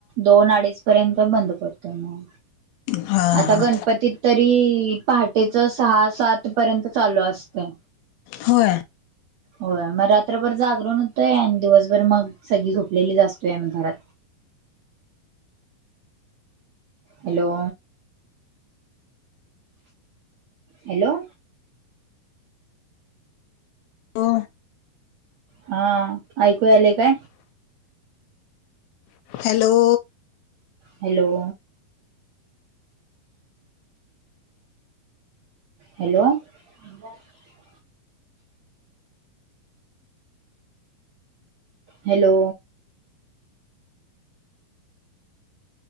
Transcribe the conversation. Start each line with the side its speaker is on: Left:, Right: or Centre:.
Right: दोन अडीच पर्यंत बंद पडतो म.
Left: हा
Right: आता
Left: हा
Right: गणपतीत तरी त्याच सहा-सात पर्यंत चालू असते.
Left: होय.
Right: होय म रात्रभर जागरण होतंय आणि दिवसभर मग सगळी झोपलेलीच असतोय आम्ही घरात. हॅलो. हॅलो.
Left: लो
Right: हा ऐकू याले काय?
Left: Hello.
Right: Hello. Hello. <inaudible> Hello.